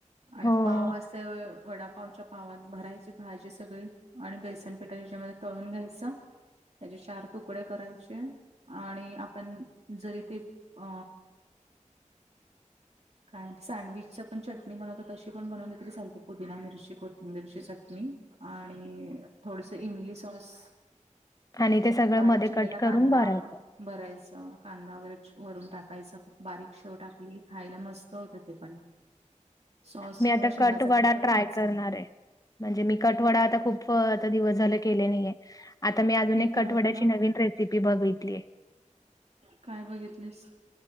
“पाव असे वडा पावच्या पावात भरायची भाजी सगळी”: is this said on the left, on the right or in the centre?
Right